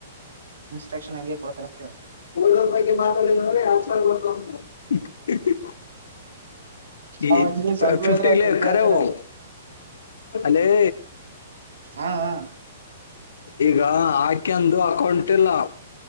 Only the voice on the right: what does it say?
ಚಕ್ಷನಾಗೆ ಕೊಡ್ತನಾಂತೇಳು
ಅವ ನೀ ಸ್ವಲ್ಪ
ಹೇಳಿದ್ರ ಜಗ್ಗಿ
ಹೇಳ್ತಾನ ಅಲ್ಲಿ
ಹ ಹ